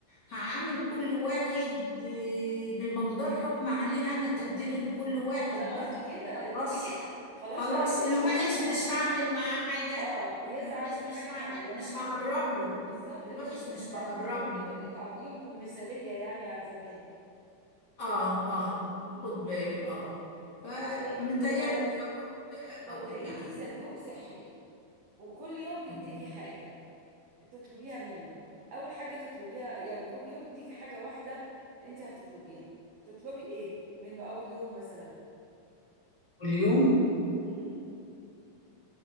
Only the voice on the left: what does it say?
هعمل كل واحد آه، بمقدار حكم عليه انا تقدير لكل واحد
بقى
خلاص
بجد
خلاص
الوحش
مش هعمل معاه حاجة
الوحش
مش
هعمل
مش هقرب له
الوحش
مش هقرب
له
اه اه
خد بالي اه فمتهيألي
مش هقرب
قوي
يعني
أيوة.
واليوم